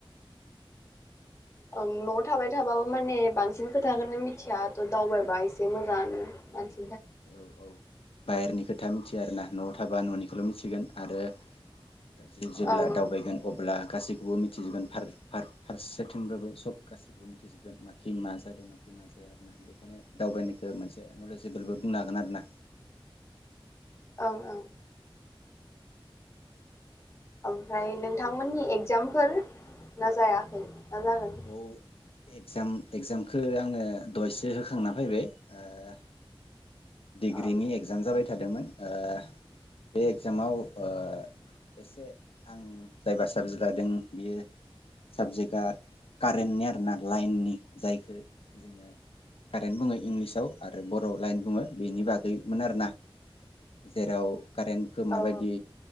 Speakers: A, on the left (about 30°); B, on the left (about 85°).
A: औ न'आव थाबाय थाबाबो माने बांसिन खोथाखौनो मिथिया थ' दावबायबा एसे मोजाङानो <unintelligible>
B: औ औ बाहेरनि खोथा मिथिया आरोना न'आव थाबा न'निखौल' मिथिगोन आरो दा जे जेब्ला
A: ओं
B: दावबायगोन अ अब्ला गासैखौबो मिथिजोबगोन फार-फार-फारसेथिंबाबो सब गासैखौबो मिथिजोबगोन <unintelligible> मा जादों <unintelligible> मा जाया आरोना बेखायनो दावबायनायखौ मोनसे नलेजेबोलबो बुंनो हागोन आरोना।
A: ओं ओं ओमफ्राय नोंथांमोननि एग्जामफोर ना जायाखै? ना जागोन?
B: औ एगजाम एगजामखो आङो दयसो होखांना फैबाय ओ डिग्रिनि
A: ओं
B: एक्जाम जाबाय थादोंमोन ओ बे एगजामाव ओ एसे आं जायबा साबजेक्ट लादों बेयो साबजेक्टआ कारेन्टनि आरोना लाइननि जायखौ जोङो कारेन्ट बुङो इंलिसाव आरो बर'आव लाइन बुङो। बेनि बागैमोन आरोना जेराव कारेन्टखौ माबायदि
A: औ